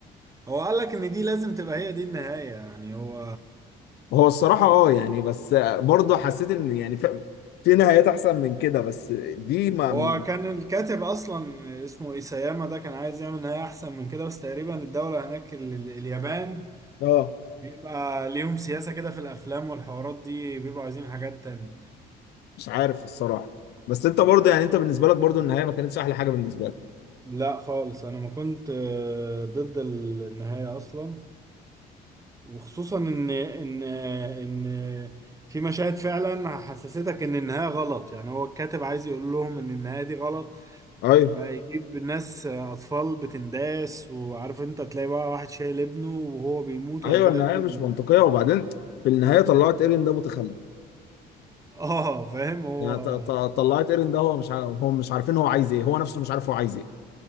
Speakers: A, on the right; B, on the left.
A: هو قال لك ان دي لازم تبقى هي دي النهاية يعني هو
B: هو الصراحه اه يعني بس برضه حسيت ان يعني في, في نهايات احسن من كده بس دي ما
A: هو كان الكاتب اصلا اسمه ايساياما ده كان عايز يعمل نهاية احسن من كده بس تقريبا الدولة هناك ال- ال- اليابان
B: اه
A: بيبقى ليهم سياسة كده في الافلام والحوارات دي بيبقوا عايزين حاجات تانية
B: مش عارف الصراحه بس انت برضه يعني انت بالنسبه لك برضه النهايه ما كانتش احلى حاجه بالنسبه لك
A: لا خالص انا ما كنت آه، ضد ال- النهاية اصلا وخصوصا ان ان ان في مشاهد فعلا حسستك ان النهاية غلط يعني هو الكاتب عايز يقول لهم ان النهاية دي غلط
B: ايوه
A: بقى يجيب ناس اطفال بتنداس وعارف انت تلاقي بقى واحد شايل ابنه وهو بيموت
B: ايوه
A: وبعد كده
B: النهايه
A: ابنه
B: مش
A: بي-
B: منطقيه وبعدين في النهايه طلعت ايرين ده متخلف
A: اه فاهم هو
B: يعني ط- ط- طلعت ايرن ده هو مش ع- هو مش عارفين هو عايز ايه هو نفسه مش عارف هو عايز ايه